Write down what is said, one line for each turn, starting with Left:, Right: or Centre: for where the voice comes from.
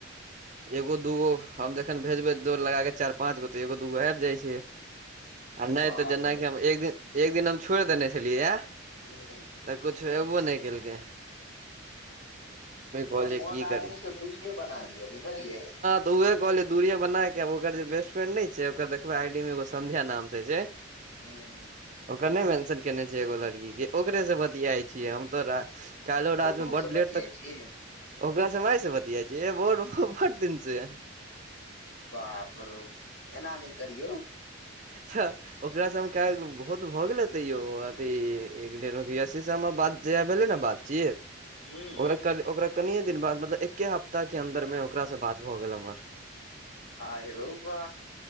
Right: एगो दूगो हम जखन भेजबै दौड़ लगा के चारि पाँच गो तऽ एगो दूगो आएब जाय छै। आ नै
Left: बाप
Right: त जेना
Left: रौ
Right: की हम एक दिन एक दिन हम छोड़ि देने छलियै।
Left: <unintelligible>
Right: तऽ कुछ एबो नै केल कै
Left: त
Right: कहलियै
Left: ओहन
Right: की
Left: आदमीे
Right: करी
Left: सऽ दुरीये बना लिय बुझलियै।
Right: त उहे कहलिये दूरिये बना के आ ओकर जे बेस्ट फ्रेंड नै छै ओ देखब आई डी मे एगो संध्या नाम से छै
Left: <unintelligible>
Right: ओकर नहि मेंशन केने छै एगो लड़की के ओकरे से बतियाइ छियै हम तोरा कइलो
Left: ककरो
Right: रात में बडु
Left: से बतियाइ
Right: लेट तक
Left: छी
Right: ओकरा से हम आई से बतिया छियै ए बोड बड दिन से।
Left: बापरौ एना नहि करियौ
Right: छ ओकरा सऽ हम काल्हि बहुत भऽ गेलै तैयो अथी एक डेढ अभी सी सबमे बात ज भेलै ने बातचियत
Left: हूं
Right: ओकरा कन ओकरा कनिये दिन बाद मतलब एके हफ्ताह के अंन्दर मे ओकरा से बात भऽ गेल हमर
Left: आहिरो बा